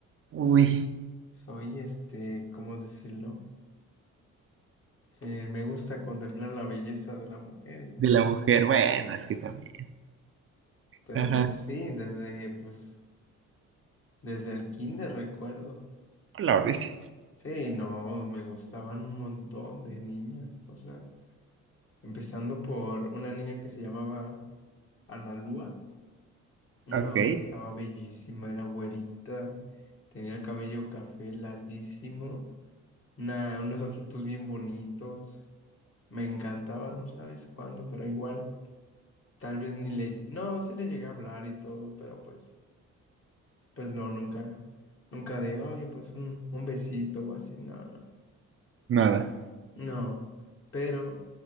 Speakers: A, on the right; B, on the left.
A: Uy,
B: soy este, ¿cómo decirlo? Eh, me gusta contemplar la belleza de la mujer,
A: de
B: y-
A: la mujer. Bueno, es que también.
B: pero
A: Ajá.
B: pues sí, desde, pues, desde el kinder recuerdo.
A: La bestia.
B: Sí, no, me gustaban un montón de niñas, o sea, empezando por una niña que se llamaba Analúa. No,
A: Ok,
B: estaba bellísima, era güerita, tenía el cabello café larguísimo. Nah, unos ojitos bien bonitos. Me encantaba, no sabes cuándo, pero igual, tal vez ni le... No, sí le llegué a hablar y todo, pero pues, pues no, nunca, nunca de, oye, pues un, un besito o así, no, no,
A: nada.
B: no. Pero